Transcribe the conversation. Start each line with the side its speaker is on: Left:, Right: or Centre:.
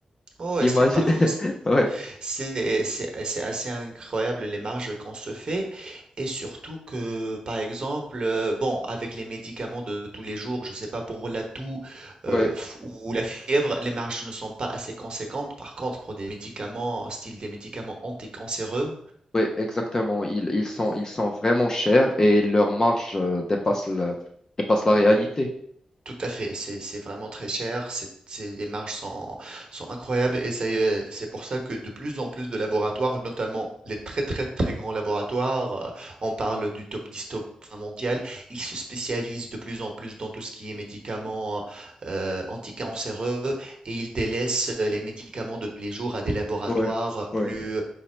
Right: oh, ouais,
Left: Imagine...
Right: c'est parfois.
Left: <laughs> Ouais,
Right: C'est c'est c'est assez incroyable les marges qu'on se fait et surtout que par exemple euh, bon avec les médicaments de tous les jours je sais pas pour la toux euh,
Left: ouais.
Right: f- ou la fièvre les marges ne sont pas assez conséquentes par contre pour des médicaments style des médicaments anticancéreux
Left: Oui, exactement. Ils, ils sont, ils sont vraiment chers et leur marge euh, dépasse le- dépasse la réalité.
Right: Tout à fait, c'est c'est vraiment très cher, c'est- c'est- les marges sont, sont incroyables et ça y est, c'est pour ça que de plus en plus de laboratoires, notamment les très très très grands laboratoires, euh, on parle du top 10, top 20 mondial, ils se spécialisent de plus en plus dans tout ce qui est médicaments euh, anticancéreux et ils délaissent euh, les médicaments de tous les jours à des laboratoires
Left: Ouais, ouais.
Right: plus euh,